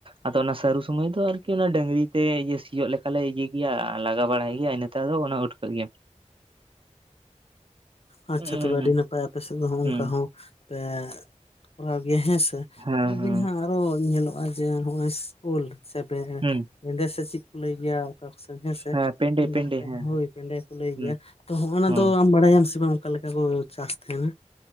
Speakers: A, on the right (about 45°); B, on the left (about 50°).
A: ᱟᱫᱚ ᱚᱱᱟ ᱥᱟᱹᱨᱩ ᱥᱚᱢᱚᱭ ᱫᱚ ᱟᱹᱨᱠᱤ ᱚᱱᱟ ᱰᱟᱝᱨᱤ ᱛᱮ ᱥᱤᱭᱳᱚᱜ ᱞᱮᱠᱟᱞᱮ ᱤᱭᱟᱹ ᱜᱮᱭᱟ ᱞᱟᱜᱟᱣ ᱵᱟᱲᱟᱭ ᱜᱮᱭᱟ ᱤᱱᱟ ᱛᱮᱦᱚᱸ ᱚᱱᱟ ᱩᱴᱠᱟᱹᱜ ᱜᱮᱭᱟ᱾
B: ᱟᱪᱪᱷᱟ
A: ᱦᱩᱸ
B: ᱛᱚᱵᱮ ᱟᱹᱰᱤ ᱱᱟᱯᱟᱭ ᱟᱯᱮ ᱥᱮᱫ ᱫᱚ ᱱᱚᱜᱼᱚᱭ
A: ᱦᱩᱸ
B: ᱱᱚᱝᱠᱟ ᱦᱚᱸ ᱯᱮ ᱠᱚᱨᱟᱣ ᱜᱮᱭᱟ ᱦᱮᱸᱥᱮ,
A: ᱦᱮᱸ
B: ᱛᱚᱵᱮ
A: ᱦᱮᱸ
B: ᱠᱷᱟᱱ ᱟᱨᱦᱚᱸ ᱧᱮᱞᱚᱜᱼᱟ ᱡᱮ ᱱᱚᱜᱼᱚᱭ <unintelligible> ᱾ ᱥᱮ ᱯᱮᱸᱰᱮ
A: ᱦᱩᱸ
B: ᱥᱮ ᱪᱮᱫ ᱠᱚ ᱞᱟᱹᱭ ᱜᱮᱭᱟ ᱦᱮᱸᱥᱮ
A: ᱦᱮᱸ ᱯᱮᱸᱰᱮ
B: ᱯᱮᱸᱰᱮ
A: ᱦᱮᱸ
B: ᱠᱚ ᱞᱟᱹᱭ
A: ᱦᱩᱸ
B: ᱜᱮᱭᱟ ᱛᱚᱜ ᱚᱱᱟ
A: ᱦᱮᱸ
B: ᱫᱚ ᱟᱢ ᱵᱟᱲᱟᱭᱟᱢ ᱚᱱᱠᱟ ᱞᱮᱠᱟ ᱠᱚ ᱪᱟᱥ ᱛᱟᱦᱮᱱᱟ᱾